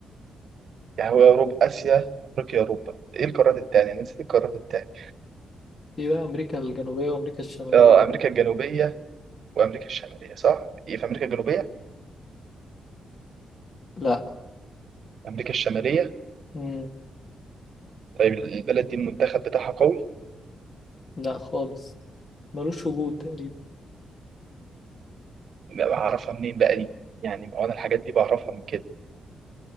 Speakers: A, on the right; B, on the left.
A: يعني هو أوروبا آسيا أفريقيا أوروبا إيه القارات التانية؟ أنا نسيت القارات التانية
B: في بقى أمريكا الجنوبية وأمريكا الشمالية
A: آه أمريكا الجنوبية وامريكا الشماليه صح؟ ايه في امريكا الجنوبيه؟
B: لا
A: امريكا الشماليه
B: م،
A: طيب البلد دي المنتخب بتاعها قوي
B: لا خالص ملوش وجود تقريبا
A: يبقى بعرفها منين بقى دي؟ يعني ما هو انا الحاجات دي بعرفها من كده